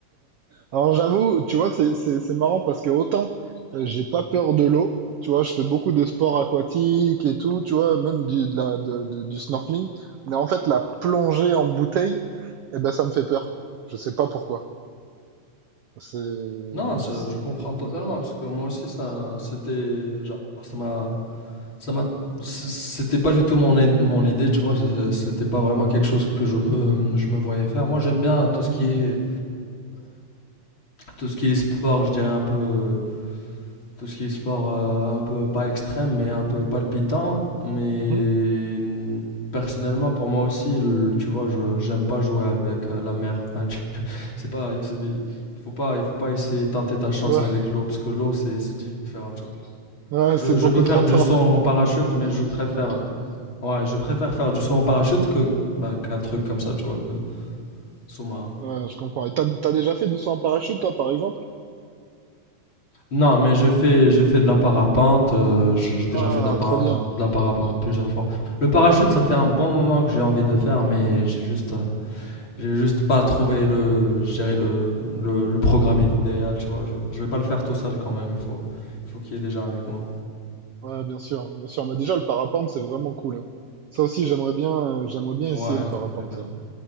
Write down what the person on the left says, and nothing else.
Non, ça-
je comprends totalement
parce que moi aussi, ça, c'était, genre, ça m'a, ça m'a, c- c'était pas du tout mon, id- mon idée, tu vois. c'est- C'était pas vraiment quelque chose que je me, je me voyais faire. Moi, j'aime bien tout ce qui est, tout ce qui est sport, je dirais un peu tout ce qui est sport euh, un peu pas extrême mais un peu palpitant mais
personnellement pour moi aussi le- tu vois je j'aime pas jouer avec euh, la mer hein, tu- c'est pas c'est- il faut pas il faut pas essayer tenter ta chance
avec l'eau parce que l'eau c'est c'est différent tu vois
je,
je
peux faire
du
saut en parachute mais je préfère ouais je préfère faire du saut en parachute que bah, qu'un truc comme ça tu vois que sous-marin
Non, mais je fais, je fais de la parapente. euh, je- j'ai déjà
fait de la, para-
de la parapente plusieurs fois. Le parachute, ça fait un bon moment que j'ai envie de le faire, mais j'ai juste, euh, j'ai juste pas trouvé le, je dirais le, le, le programme idéal. Tu vois, je, je vais pas le faire tout seul quand même. Il faut, faut qu'il y ait des gens avec moi.
Ouais,
c'est super.